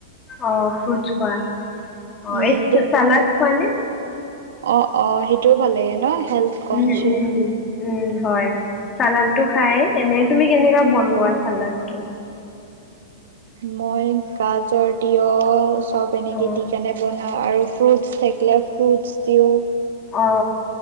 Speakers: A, on the left; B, on the right.
A: অ, ফ্ৰুটচ খোৱা অ,
B: উম
A: এই চালাদ খোৱা নে?
B: অ-অ সেইটোও ভাল লাগে ন হেল্থ কনচিয়াছ
A: উম-উম উম, হয় চালাডটো খাই এনে তুমি কেনেকা বনোৱা চালাডটো?
B: মই গাজৰ তিঁয়হ চব এনেকৈ
A: অ
B: দি কেনে বনাওঁ আৰু ফ্ৰুটছ থাকিলে ফ্ৰুটছ দিওঁ
A: অ,